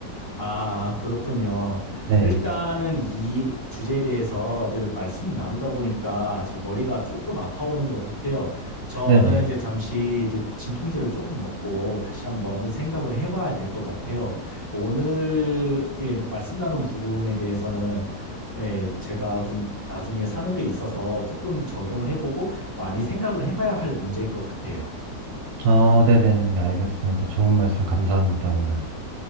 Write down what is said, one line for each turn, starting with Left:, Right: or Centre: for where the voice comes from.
Left: 아, 그렇군요.
Right: 네.
Left: 일단은 이 주제에 대해서 이제 말씀을 나누다 보니까 제 머리가 조금 아파오는 것 같아요. 저는
Right: 네네.
Left: 이제 잠시 이제 진통제를 조금 먹고 다시 한번 생각을 해봐야 될 것 같아요. 오늘 예, 말씀 나눈 부분에 대해서는 예, 제가 좀 나중에 사는 데 있어서 조금 적용을 해보고 많이 생각을 해봐야 할 문제일 것 같아요.
Right: 아, 네네네. 알겠습니다. 좋은 말씀 감사합니다, 오늘.